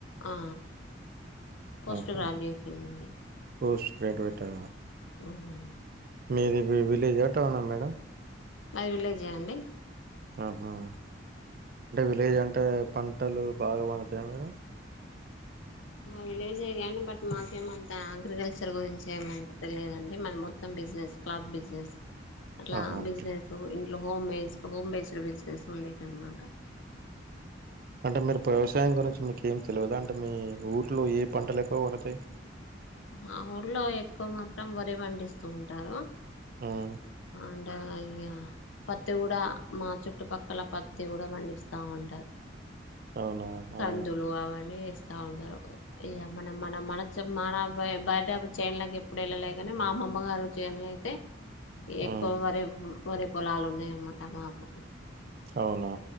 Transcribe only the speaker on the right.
ఆహా
పోస్ట్ గ్రాడ్యూయేట
మీది విలేజా, టౌనా మేడం
ఆహా <inaudible> విలేజ్ అంటావా పంటలు బాగా పండుతాయ మేడం
ఆహా ఓకే
అంటే మీరు వ్యవసాయం గురించి మీకేం తెలవదంటే మీ ఊర్లో ఏ పంటలు ఎక్కువ <unintelligible>
మ్మ్మ్మ్
అవునా
ఆ
ఉమ్
అవునా